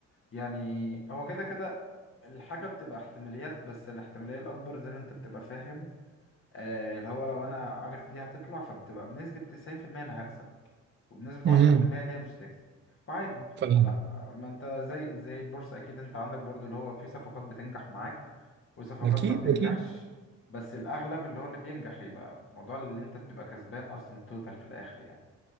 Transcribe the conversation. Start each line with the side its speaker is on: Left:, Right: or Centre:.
Left: يعني هو كده كده الحاجه بتبقى احتماليات بس الاحتماليه الاكبر زي ما انت بتبقى فاهم آه اللي هو لو انا عارف دي هتطلع فبتبقى بنسبه 90% انا هكسب وبنسبة
Right: امم
Left: عشرة في المية اللي هي مش هتكسب وعادي
Right: فاهم.
Left: أنا ما أنت زي زي البورصة أكيد أنت عندك برضو اللي هو في صفقات بتنجح معاك وصفقات
Right: اكيد
Left: ما بتنجحش
Right: اكيد
Left: بس الأغلب اللي هو اللي بينجح يبقى موضوع اللي أنت تبقى كسبان أصلا توتال في الآخر يعني